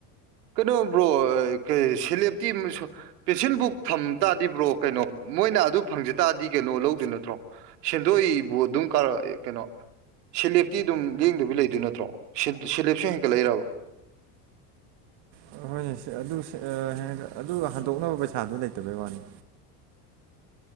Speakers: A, on the right (about 85°); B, on the right (about 55°).
A: ꯀꯩꯅꯣ ꯕ꯭ꯔꯣ ꯀꯩ ꯁꯂꯦꯞꯇꯤ ꯄꯦꯟꯁꯤꯜꯕꯨꯛ ꯊꯝ ꯇꯥꯔꯗꯤ ꯕ꯭ꯔꯣ ꯀꯩꯅꯣ ꯃꯣꯏꯅ ꯑꯗꯨ ꯐꯪꯖ ꯇꯥꯔꯗꯤ ꯀꯩꯅꯣ ꯂꯧꯗꯨ ꯅꯠꯇ꯭ꯔꯣ ꯁꯦꯟꯗꯣꯏꯕꯨ ꯑꯗꯨꯝ ꯀꯥꯔ ꯀꯩꯅꯣ ꯁꯦꯂꯦꯞꯇꯤ ꯑꯗꯨꯝ ꯂꯦꯡꯗꯕꯤ ꯂꯩꯗꯣꯏ ꯅꯠꯇ꯭ꯔꯣ ꯁꯦꯗ ꯁꯦꯂꯦꯞꯁꯨ ꯍꯦꯟꯀꯠꯂꯛꯏꯔꯕ
B: ꯑꯣ ꯍꯣꯏꯅꯦ ꯁꯦ ꯑꯗꯨ ꯁꯦꯟ ꯑꯗꯨ ꯍꯟꯗꯣꯛꯅꯕ ꯄꯩꯁꯥꯗꯨ ꯂꯩꯇꯕꯩ ꯋꯥꯅꯤ